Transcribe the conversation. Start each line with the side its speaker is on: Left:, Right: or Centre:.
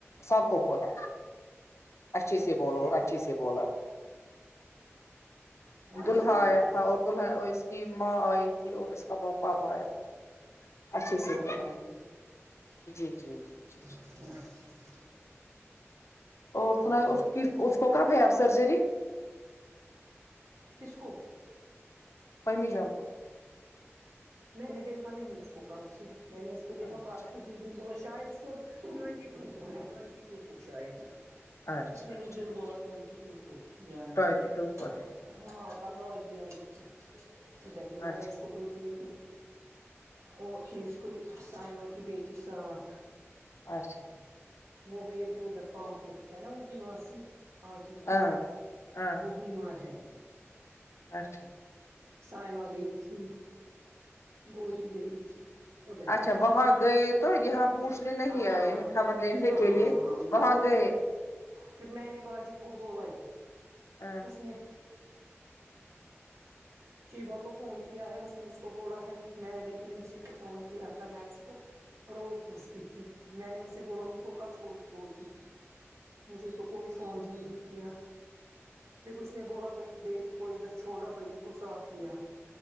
Left: سب کو بولا اچھے
Right: ٹھیک
Left: سے بولو
Right: ہے
Left: اور اچھے سے بولا
Right: وہ اچھی
Left: دلہا
Right: بات
Left: آیا
Right: ہے
Left: تھا اور دلہا اس کی ماں آئی تھی اور اس کا پاپا آیا تھا اچھے
Right: نفسہ
Left: سے
Right: اب
Left: بولا
Right: آئی تھی
Left: جی جی جی جی جی
Right: اچھا
Left: اور سناو
Right: وہ
Left: اس
Right: بات
Left: ککہ۔
Right: بھی
Left: اس کو کب ہے آپ سرجری
Right: کس کو
Left: امی جان کو
Right: میں نے دیکھا نہیں اس کو کل سے میں نے اس کو
Left: اچھا
Right: دیکھا پرسوں جس دن بولا شاید اس کو ٹوینٹی ٹو کو ہے ٹوینٹی ٹو کو شاید
Left: اچھا
Right: اس نے
Left: اچھا
Right: اجل
Left: اچھا
Right: بولا ٹوینٹی ٹو کو جانا
Left: ٹوینٹی
Right: ہے
Left: ٹو کو ہے
Right: ہاں کل باجی آئی تھی ادھر ہی میں
Left: اچھا
Right: نے اس کو دو تین اور تھی اس کوئی سائمہ کی بیٹی ساتھ
Left: اچھا
Right: وہ گئے تھے ادھر پامپور ہے نا ان کی ماسی ہاں جی جی
Left: ہاں ہاں
Right: وہ بیمار ہے
Left: اچھا
Right: سائما گئی تھی گوری گئی تھی ادھر
Left: اچھا
Right: ہی
Left: وہاں گئے تو یہاں پوچھنے نہیں
Right: ہاں
Left: آئے خبر لینے
Right: ہاں
Left: کے لیے وہاں گئے
Right: پھر میں نے باجی کو بولا بھی
Left: اچھا
Right: اس نے چیبہ کو فون کیا ہے اس نے اس کو بولا ہے میں نے پرنسپ پل کو فون کیا تھا میں اس کو روز پوچھتی تھی میں نے اسے بولا مجھ کو کب بول بولتی تھی مجھے تو کوئی فون بھی نہیں کیا پھر اس نے بولا بھائی بیٹی کو ادھر چھوڑا بڑی کو ساتھ لیا